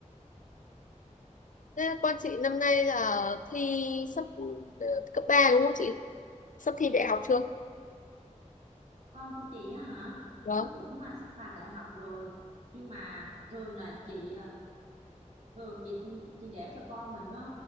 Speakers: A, on the left (about 80°); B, on the right (about 60°).
A: Thế con chị năm nay là thi sắp ờ, cấp 3 đúng không chị? Sắp thi đại học chưa?
B: con của chị á hả
A: Vâng.
B: nó cũng ờ, sắp vào đại học rồi nhưng mà thường là chị ờ, thường chị chị để cho con mình nó